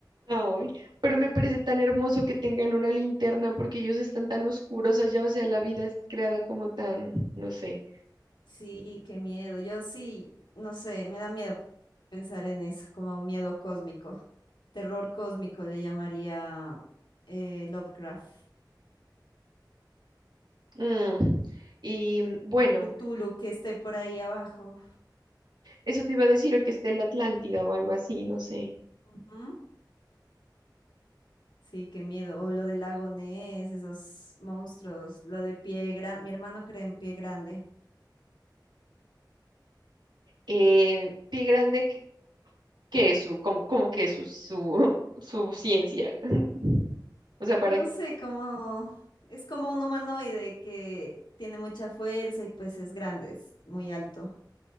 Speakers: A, on the right; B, on the left.
A: Ay, pero me parece tan hermoso que tengan una linterna porque ellos están tan oscuros allá, o sea, la vida es creada como tan, no sé.
B: Sí, qué miedo. Yo sí, no sé, me da miedo pensar en eso, como miedo cósmico. Terror cósmico le llamaría eh, Lovecraft.
A: Mm, Y mm, bueno,
B: Un Cthulhu que esté por ahí abajo.
A: eso te iba a decir, o que es de la Atlántida o algo así, no sé.
B: Ujú. Sí, qué miedo. O lo del lago Ness, esos monstruos, lo de pie grande. Mi hermano cree en pie grande.
A: Eh, Pie Grande, ¿qué qué es su, cómo, cómo que es su, su, <laughs> su ciencia? <laughs> O sea, para...
B: No sé, como es como un humanoide que tiene mucha fuerza y pues es grande, es muy alto.